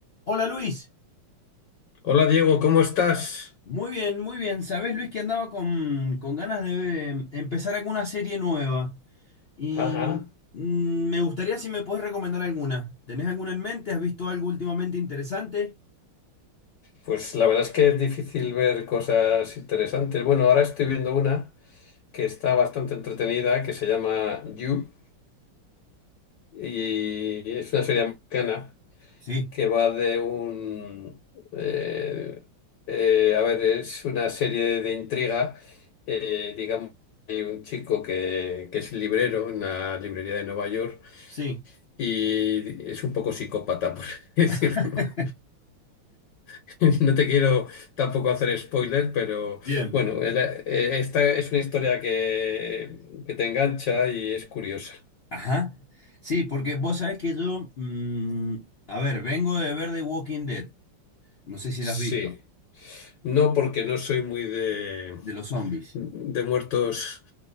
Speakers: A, on the left (about 85°); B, on the left (about 60°).
A: Hola Luis,
B: Hola Diego, ¿cómo estás?
A: muy bien, muy bien. Sabés Luis que andaba con, con ganas de eh, empezar alguna serie nueva y
B: Ajá.
A: mm, me gustaría si me podés recomendar alguna. ¿Tenés alguna en mente? ¿Has visto algo últimamente interesante?
B: Pues la verdad es que es difícil ver cosas interesantes. Bueno, ahora estoy viendo una que está bastante entretenida, que se llama You, y es una serie americana
A: Sí,
B: que va de un... eh, eh, a ver, es una serie de intriga. eh, digamos, hay un chico que, que es librero en una librería de Nueva York
A: sí.
B: y es un poco psicópata, <laughs> por así decirlo.
A: <laughs>
B: <laughs> No te quiero tampoco hacer spoiler, pero
A: Bien.
B: bueno, el- eh, esta es una historia que, que te engancha y es curiosa.
A: Ajá. Sí, porque vos sabés que yo, mm, a ver, vengo de ver The Walking Dead. No sé si
B: Sí,
A: la has visto,
B: no porque no soy muy de,
A: de los zombies.
B: de muertos